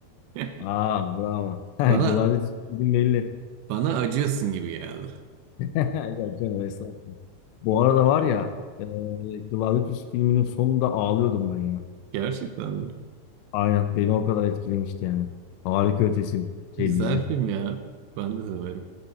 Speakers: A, on the right; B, on the left.
A: <laughs>
B: Aa bravo. <laughs>
A: Bana,
B: Gladyatör film belli.
A: bana acıyorsun gibi geldi.
B: <laughs> Yok canım estağfurullah. Bu arada var ya eee Gladiator filminin sonunda ağlıyordum ben ya.
A: Gerçekten mi?
B: Aynen beni o kadar etkilemişti yani. Harika ötesi şey
A: Güzel
B: dizi.
A: film ya. Ben de severim.